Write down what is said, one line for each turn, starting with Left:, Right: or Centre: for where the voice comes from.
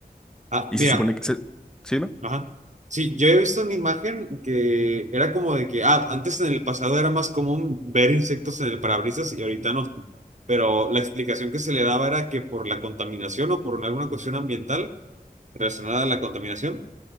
Right: Ah,
Centre: Y
Right: mira,
Centre: se supone que... Se, ¿sí?
Right: Ajá. Sí, yo he visto una imagen que era como de que, ah, antes en el pasado era más común ver insectos en el parabrisas y ahorita no. Pero la explicación que se le daba era que por la contaminación o por alguna cuestión ambiental relacionada a la contaminación,